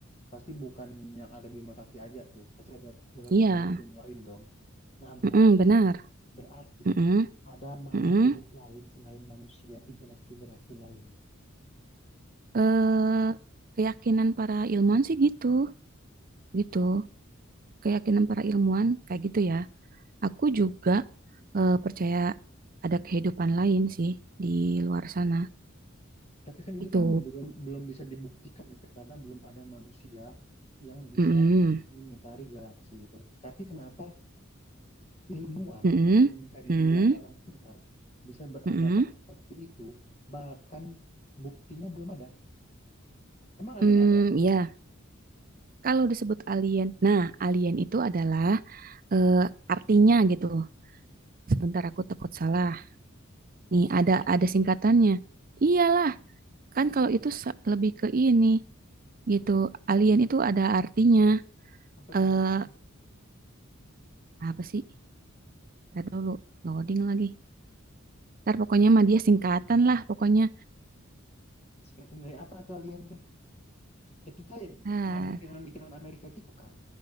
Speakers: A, on the left (about 30°); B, on the right (about 45°).
A: pasti bukan yang ada Bima Sakti aja tuh. Pasti ada galaksi-galaksi
B: Iya,
A: yang lain dong. Nah, berarti
B: heeh, benar.
A: berarti
B: Heeh,
A: ada makhluk
B: heeh.
A: hidup lain selain manusia di galaksi-galaksi lain.
B: Eh, keyakinan para ilmuwan sih gitu, gitu. Keyakinan para ilmuwan kayak gitu ya. Aku juga eh, percaya ada kehidupan lain sih di luar sana.
A: Tapi kan itu
B: Itu,
A: kan belum belum bisa dibuktikan aja karena belum ada manusia yang bisa
B: heeh,
A: mengitari galaksi itu. Tapi kenapa ilmuwan
B: heeh,
A: yang bisa dibilang
B: heeh,
A: orang pintar bisa beranggapan
B: heeh.
A: seperti itu, bahkan buktinya belum ada. Emang alien
B: Hmm,
A: ada?
B: ya. Kalau disebut alien, nah alien itu adalah eh, artinya gitu. Sebentar aku takut salah.
A: Kamu
B: Nih
A: searching.
B: ada ada singkatannya. Iyalah, kan kalau itu sa- lebih ke ini gitu. Alien itu ada artinya.
A: <laughs> Apa
B: Eh
A: tuh artinya?
B: apa sih? Ntar dulu loading lagi. Ntar pokoknya mah dia singkatan lah pokoknya.
A: Singkatan dari apa tuh alien teh? Itu tadi
B: Ah,
A: ah, bikinan-bikinan Amerika gitu kan.